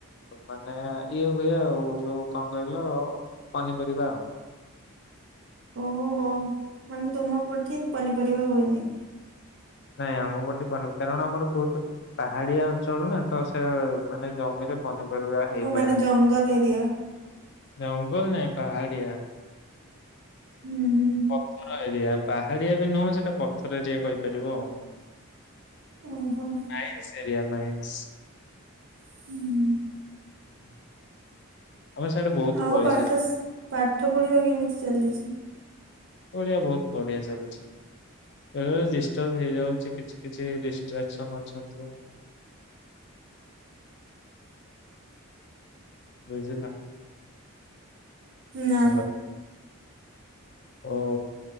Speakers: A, on the left; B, on the right.
A: ମାନେ ଇଏ ହୁଏ ଆଉ ଯୋଉ କଣ କହିଲ ପନିପରିବା ଆଉ।
B: ଓହୋ ମାନେ ତୁମ ପଟେ ପନିପରିବା ହୁଏନି।
A: ନାଇଁ ଆମ ପଟେ ପନିବୁ କାରଣ ଆମର ବହୁତ ପାହାଡିଆ ଅଞ୍ଚଳ ନା ତ ସେ ମାନେ ଜମିରେ ପନି ପରିବା ହେଇପାରୁନି
B: ଓ ମାନେ ଜଙ୍ଗଲ ଏରିଆ।
A: ଜଙ୍ଗଲ ନାଇଁ ପାହାଡିଆ।
B: ହୁଁ। ହୁଁ।
A: ପଥର ଏରିଆ ପାହାଡିଆ ବି ନୁହଁ ସେଇଟା ପଥର ଏରିଆ କହିପାରିବ ଆଉ।
B: ଓହୋ।
A: Mines area mines.
B: ହୁଁ।
A: <inaudible> ତମ ସିଆଡେ ବହୁତ
B: ଆଉ
A: ପଇସା
B: ପାଠ ପାଠ ପଢ଼ିବା କେମିତି ଚାଲିଛି?
A: ଓଢିଆ ବହୁତ ବଢିଆ ଚାଲୁଚି। ଏ ଡିଷ୍ଟରବ ହେଇଯାଉଛି କିଛି କିଛି ଡିଷ୍ଟ୍ରାକ୍ସନ ଅଛନ୍ତି। ବୁଝିଲ।
B: ନା।
A: ହ୍ୟାଲୋ ଓ